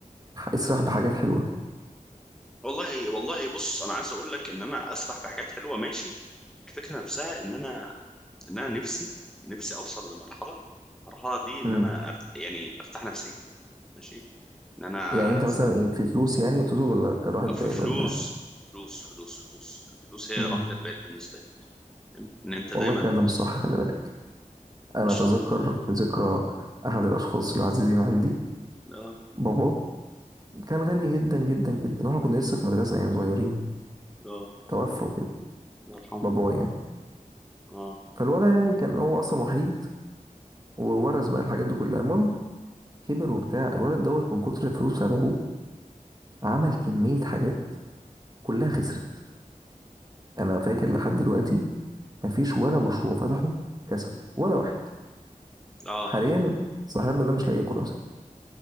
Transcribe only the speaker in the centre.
والله والله بص انا عايز اقول لك ان انا اسرح بحاجات حلوه ماشي الفكره نفسها ان انا ان انا نفسي نفسي اوصل لمرحله المرحله دي ان
انا أرت... يعني ارتاح نفسيا ماشي ان انا
ز-
في فلوس
فلوس فلوس فلوس الفلوس هي
راحه البال بالنسبه لي فاهم؟ ان انت دايما
مش
لا لا
الله
يرحمه
اه
اه